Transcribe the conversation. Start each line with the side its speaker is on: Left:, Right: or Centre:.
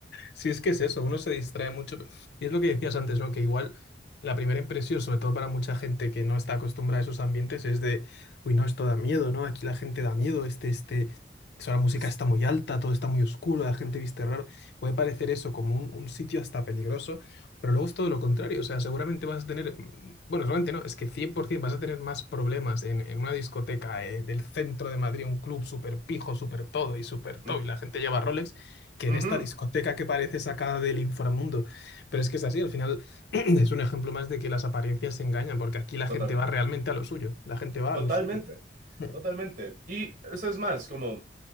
Left: Sí, es que es eso, uno se distrae mucho. Y es lo que decías antes, ¿no? Que igual la primera impresión, sobre todo para mucha gente que no está acostumbrada a esos ambientes, es de, uy, no, esto da miedo, ¿no? Aquí la gente da miedo, este, este, eso, la música
Right: <laughs> Es-
Left: está muy alta, todo está muy oscuro, la gente viste raro. Puede parecer eso como un, un sitio hasta peligroso, pero luego es todo lo contrario. O sea, seguramente vas a tener, mm, bueno, seguramente no, es que 100% vas a tener más problemas en, en una discoteca eh, del centro de Madrid, un club súper pijo, súper todo y súper todo,
Right: mm,
Left: y la gente lleva Rolex que
Right: ujú,
Left: en esta discoteca que parece sacada del inframundo. Pero es que es así, al final <clears throat> es un ejemplo más de que las apariencias se engañan, porque aquí la
Right: totalmente,
Left: gente va realmente a lo suyo, la gente va
Right: totalmente,
Left: a lo suyo. <clears throat>
Right: totalmente. Y eso es más, como